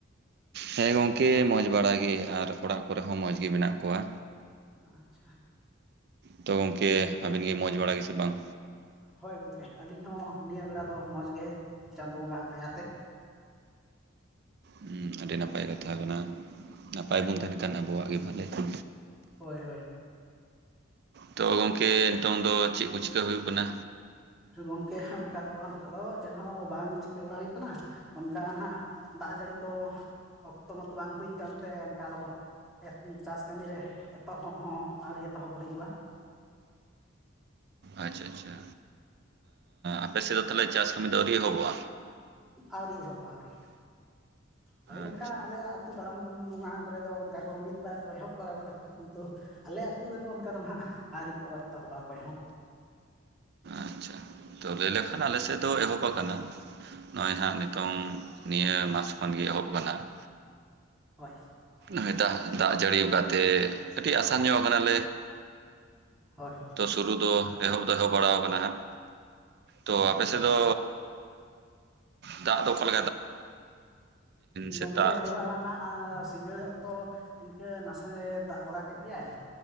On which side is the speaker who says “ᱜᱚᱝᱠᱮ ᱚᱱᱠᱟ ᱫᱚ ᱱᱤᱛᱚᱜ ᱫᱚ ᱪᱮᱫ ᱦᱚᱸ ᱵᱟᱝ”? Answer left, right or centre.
Centre